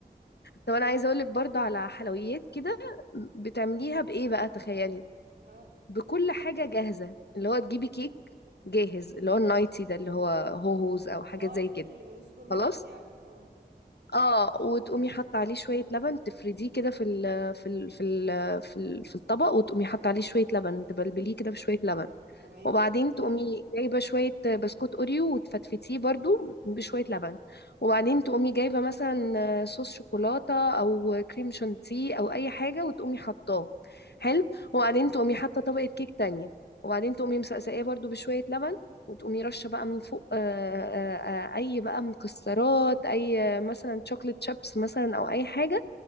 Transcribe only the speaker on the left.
طب انا عايزة اقولك برضو على حلويات كده بتعمليها بايه بقى تخيلي
بكل حاجة جاهزة اللي هو تجيبي كيك جاهز اللي هو النايتي ده اللي هو هوهوز او حاجات
زي
كده
خلاص
اه وتقومي حاطه عليه شويه لبن تفرديه كده في ال في ال في ال في, ال في الطبق وتقومي حاطه عليه شويه لبن تبلبليه كده بشويه لبن
وبعدين تقومي جايبة شوية بسكوت أوريو وتفتفتيه برضو بشوية لبن وبعدين
تقومي جايبة مثلا صوص شوكولاتة أو كريم شانتيه أو أي حاجة وتقومي حطاه حلو وبعدين تقومي حاطة طبقة كيك تانية وبعدين تقومي مسقساه برضو بشوية لبن وتقومي رشة بقى من فوق آه، آه، آه، أي بقى مكسرات أي مثلا شوكليت شيبس مثلا أو أي حاجة